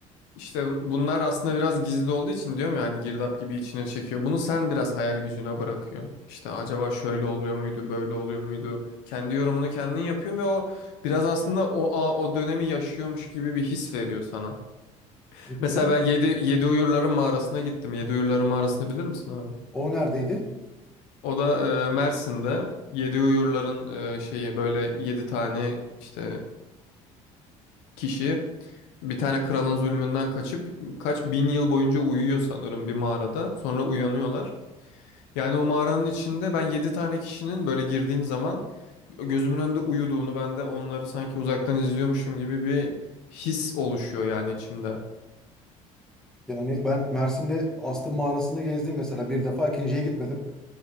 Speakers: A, on the left (about 70°); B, in the centre.
A: İşte bunlar aslında biraz gizli olduğu için diyorum ya hani girdap gibi içine çekiyor. Bunu sen biraz hayal gücüne bırakıyorsun. İşte acaba şöyle oluyor muydu, böyle oluyor muydu? Kendi yorumunu kendin yapıyorsun ve o biraz aslında o a- o dönemi yaşıyormuş gibi bir his veriyor sana.
B: Peki
A: Mesela
B: sen
A: ben Yedi, Yedi Uyurların Mağarası'na gittim. Yedi Uyurların Mağarası'nı bilir misin abi?
B: o neredeydi?
A: O da e, Mersin'de Yedi Uyurların e, şeyi böyle yedi tane işte kişi bir tane kralın zulmünden kaçıp kaç bin yıl boyunca uyuyor sanırım bir mağarada. Sonra uyanıyorlar. Yani o mağaranın içinde ben 7 tane kişinin böyle girdiğim zaman gözümün önünde uyuduğunu ben de onları sanki uzaktan izliyormuşum gibi bir his oluşuyor yani içimde.
B: Yani ben Mersin'de Astım Mağarası'nı gezdim mesela bir defa ikinciye gitmedim.